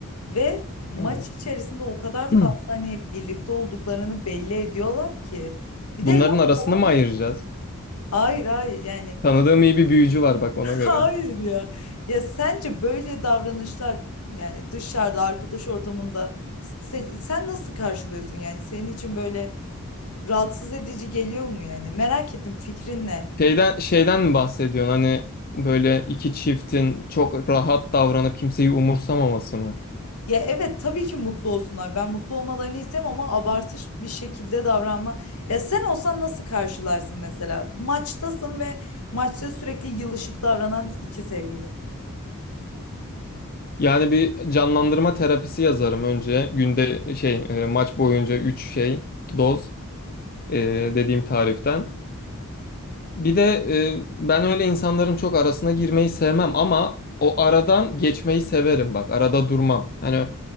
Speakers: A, on the left (about 80°); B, on the left (about 40°).
A: Ve maç
B: Evet.
A: içerisinde o kadar
B: <clears throat>
A: fazla hani birlikte olduklarını belli ediyorlar ki. Bir
B: Bunların
A: de laf
B: arasını
A: falan
B: mı ayıracağız?
A: hayır hayır yani
B: Tanıdığım iyi bir büyücü var bak ona
A: Hayır
B: göre.
A: ya. Ya sence böyle davranışlar yani dışarıda arkadaş ortamında sen, sen nasıl karşılıyorsun yani senin için böyle rahatsız edici geliyor mu yani? Merak ettim fikrin ne?
B: Şeyden şeyden mi bahsediyorsun? Hani böyle iki çiftin çok rahat davranıp kimseyi umursamaması mı?
A: Ya evet tabii ki mutlu olsunlar. Ben mutlu olmalarını isterim ama abartış bir şekilde davranma. Ya sen olsan nasıl karşılarsın mesela? Maçtasın ve maçta sürekli yılışık davranan iki sevgili.
B: Yani bir canlandırma terapisi yazarım önce. Günde şey e, maç boyunca 3 şey doz e, dediğim tariften. Bir de e, ben öyle insanların çok arasına girmeyi sevmem ama o aradan geçmeyi severim bak. Arada durmam. Hani